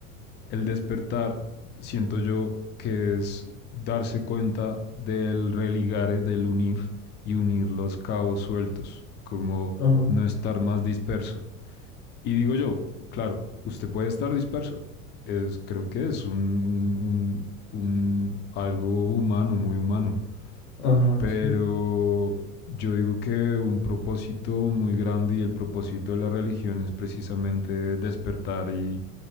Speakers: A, on the left; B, on the left.
A: El despertar, siento yo, que es darse cuenta del religare, del unir y unir los cabos sueltos, como
B: Ajá,
A: no estar más disperso. Y digo yo, claro, usted puede estar disperso. Es, creo que es un, un, un, un algo humano, muy humano.
B: ajá,
A: Pero
B: sí.
A: yo digo que un propósito muy grande y el propósito de la religión es precisamente despertar y